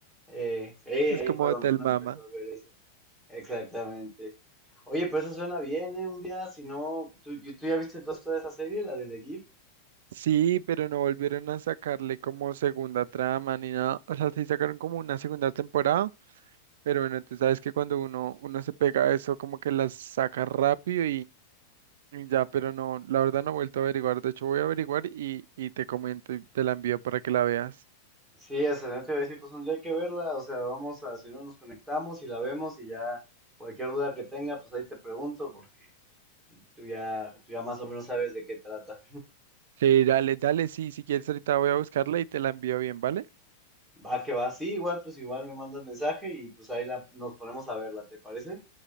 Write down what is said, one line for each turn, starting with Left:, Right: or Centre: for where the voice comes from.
Centre: Eh, eh,
Right: Es
Centre: ahí
Right: como
Centre: fue
Right: Hotel
Centre: donde uno
Right: Mama.
Centre: empezó a ver eso. Exactamente. Oye, pero eso suena bien, ¿eh? Un día, si no, ¿tú, y- tú ya viste entonces toda esa serie, la de The Gift?
Right: Sí, pero no volvieron a sacarle como segunda trama ni nada. O sea, sí sacaron como una segunda temporada, pero bueno, tú sabes que cuando uno, uno se pega a eso, como que las saca rápido Ya, pero no, la verdad no he vuelto a averiguar. De hecho, voy a averiguar y, y te comento y te la envío para que la veas.
Centre: Sí, hasta no te iba a decir, pues un día hay que verla, o sea, vamos a, si no nos conectamos y la vemos y ya cualquier duda que tenga, pues ahí te pregunto, porque pues, tú ya, tú ya más o menos sabes de qué trata.
Right: Sí, dale, dale, sí, si quieres ahorita voy a buscarla y te la envío bien, ¿vale?
Centre: Va que va, sí, igual, pues igual me mandas mensaje y pues ahí la, nos ponemos a verla, ¿te parece?